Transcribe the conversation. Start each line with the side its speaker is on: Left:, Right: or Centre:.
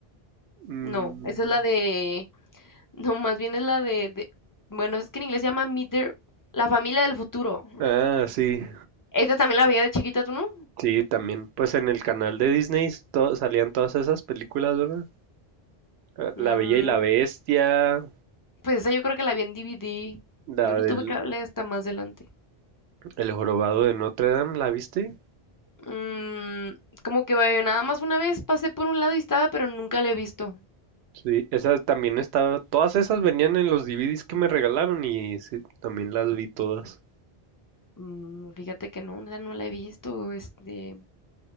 Right: Mm,
Left: No, esa es la de, no, más bien es la de, de- bueno, es que en inglés se llama Meet the- la familia del futuro.
Right: Ah, sí.
Left: Esa también la veía de chiquita, ¿tú no?
Right: Sí, también. Pues en el canal de Disney to- salían todas esas películas, ¿verdad? Ah, La
Left: Mm,
Right: Bella y la Bestia,
Left: pues esa yo creo que la vi en DVD.
Right: la
Left: Yo no
Right: del
Left: tuve cable hasta más adelante.
Right: El Jorobado de Notre Dame, ¿la viste?
Left: Mm, como que eh, nada más una vez pasé por un lado y estaba, pero nunca la he visto.
Right: Sí, esas también estaba, todas esas venían en los DVDs que me regalaron y sí, también las vi todas.
Left: Mm, fíjate que no, esa no la he visto. Este,